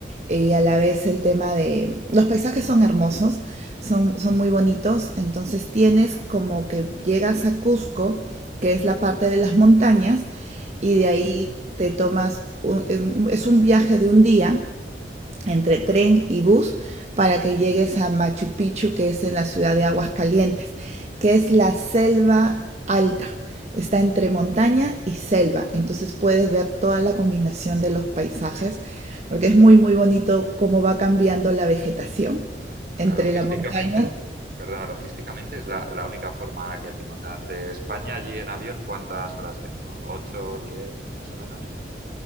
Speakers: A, on the right; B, on the right.
A: eh, y a la vez el tema de... Los paisajes son hermosos, son, son muy bonitos, entonces tienes como que llegas a Cusco, que es la parte de las montañas,
B: Ujú.
A: y de ahí te tomas, un- en- es un viaje de un día entre tren y bus para que llegues a Machu Picchu, que es en la ciudad de Aguascalientes, que es la selva alta. Está entre montaña y selva, entonces puedes ver toda la combinación de los paisajes, porque es muy, muy bonito cómo va cambiando la vegetación
B: O
A: entre
B: sea, logísticamente,
A: la montaña.
B: perdona, logísticamente es la, la única forma que tengo. O sea, de España allí en avión, ¿cuántas horas tengo? ocho 10 más o menos?